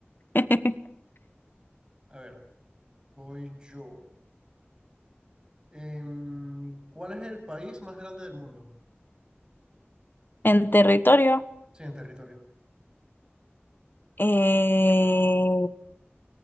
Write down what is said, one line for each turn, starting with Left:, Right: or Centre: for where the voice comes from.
Left: <laughs>
Right: A ver, voy yo. Em, ¿cuál es el país más grande del mundo?
Left: En territorio.
Right: Sí, en territorio.
Left: Eh,